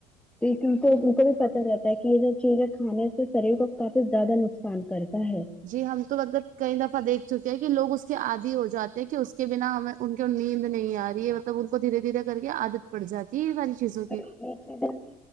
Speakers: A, in the centre; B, on the right.
A: کیکہ ان کو بھی پت رہتا ہے کہ یہ جو چیزیں کھانے سے شریر کو کافی زیادہ نقصان کرتا ہے
B: جی ہم تو مطلب کئی دفعہ دیکھ چکے ہیں کہ لوگ اس کے آدی ہو جاتے ہیں کہ اس کے بنا ہمیں ان کی نیند نہیں آ رہی ہے مطلب ان کو دھیرے دھیرے کر کے عادت پڑ جاتی ہے یہ ساری چیزوں
A: تو
B: کی
A: یہ کی عدت